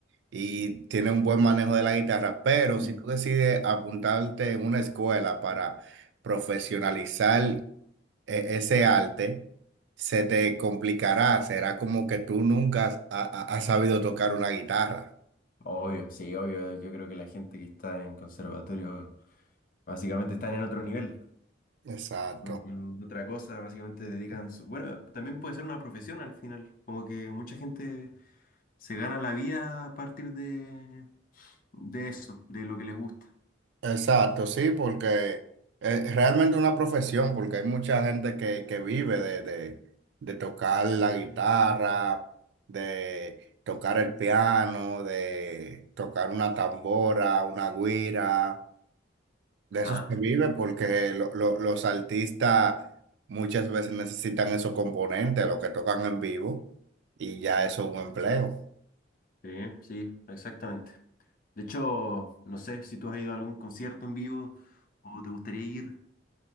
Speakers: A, on the right; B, on the left.
A: y tiene un buen manejo de la guitarra, pero
B: Mm.
A: si tú decides apuntarte en una escuela para profesionalizar e- ese arte, se te complicará, será como que tú nunca has, ha- ha- has sabido tocar una guitarra.
B: Obvio, sí, obvio. Yo creo que la gente que está en conservatorio básicamente están en otro nivel.
A: Exacto.
B: Mm, Otra cosa, básicamente dedican su... Bueno, también puede ser una profesión al final. Como que mucha gente se gana la vida a partir de, de eso, de lo que les gusta.
A: Exacto, sí, porque es realmente una profesión, porque hay mucha gente que, que vive de, de, de tocar la guitarra, de tocar el piano, de tocar una tambora, una guira, de
B: Ajá,
A: eso se vive porque lo- lo- los artistas muchas veces necesitan esos componentes, los que tocan en vivo, y ya eso es un empleo.
B: sí, sí, exactamente. De hecho, no sé si tú has ido a algún concierto en vivo o te gustaría ir